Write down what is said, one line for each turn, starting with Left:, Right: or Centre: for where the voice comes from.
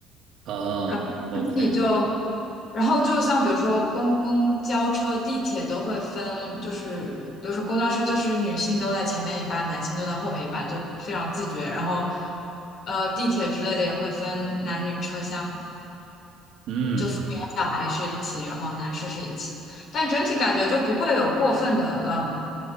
Right: 啊，OK，
Left: 然后你就，然后就像比如说公公交车、地铁都会分，就是比如说公交车就是女性都在前面一半，男性都在后面一半，就非常自觉。然后呃，地铁之类的也会分男女车厢。
Right: 嗯，
Left: 就父母和小孩是一起，然后男士是一起，但整体感觉就不会有过分的，嗯，